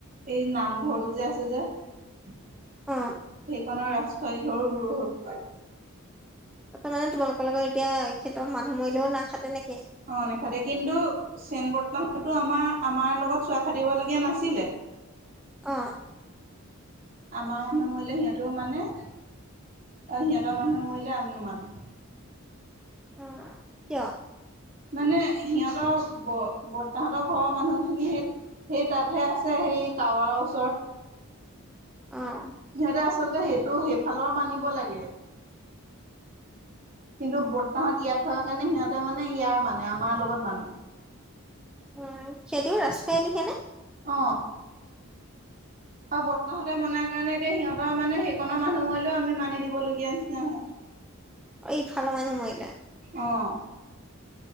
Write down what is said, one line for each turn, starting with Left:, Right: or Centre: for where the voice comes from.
Right: এই নামঘৰটো যে, আছে যে। সেইখনৰ
Centre: অ
Right: ৰাস্তা ইঘৰো দূৰ হল।
Centre: ত মানে তোমালোকৰ লগত এতিয়া খেতৰ মানুহ মৰিলেও নাখাতে নেকি?
Right: অঁ নাখতে কিন্তু চেন বৰ্তাহততো আমাৰ আমাৰ লগত চোৱা খাটিবলগীয়া নাছিলে। <unintelligible>
Centre: অঁ।
Right: আমাৰ মানুহ মৰিলে সিহঁতেও মানে। আৰু সিহঁতৰ মানুহে মৰিলে আমিও মানো।
Centre: অঁ, কিয়?
Right: মানে সিহঁতৰ ব বৰ্তাহতৰ ঘৰৰ মানুহখিনি সেই, সেই তাতহে আছে সি টাৱাৰৰ ওচৰত।
Centre: অঁ।
Right: সিহঁতে আচলতে সেইটো সেইফালৰ মানিব লাগে। কিন্তু বৰ্তাহত ইয়াত থকাৰ কাৰণে সিহঁতে মানে ইয়াৰ মানে আমাৰ লগত মানে।
Centre: উম, সিহতিও ৰাজখোৱাই লিখেনে?
Right: অঁ। আৰু বৰ্তাহতে মনাৰ কাৰণে এতিয়া সিহঁতৰ মানে সেইকনৰ মানুহ মৰিলেও আমি মানি দিবলগীয়া নিচিনা হয়। <unintelligible>
Centre: অ ইফালৰ মানুহ মৰিলে।
Right: অঁ।